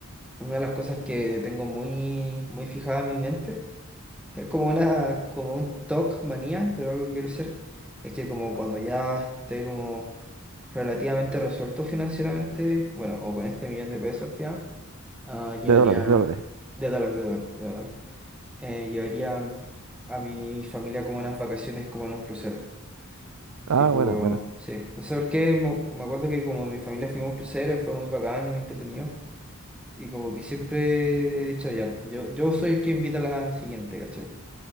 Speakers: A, in the centre; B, on the right (about 80°).
A: una de las cosas que tengo muy, muy fijada en mi mente, es como una, como un TOC manía, pero algo que quiero hacer, es que como cuando ya esté como relativamente resuelto financieramente, bueno, o con este millón de pesos al final, Ah, llevaría,
B: De dólares, de dólares.
A: de dólar, de dólar, de dólar. Eh, llevaría a mi familia como unas vacaciones como en un crucero.
B: Ah,
A: Tipo,
B: buena, buena.
A: sí. No sé por qué, me, me acuerdo que como mi familia fuimos a un crucero, y fue muy bacán, muy entretenido. Y como que siempre he dicho ya, yo, yo soy el que invita a la siguiente, ¿cachai?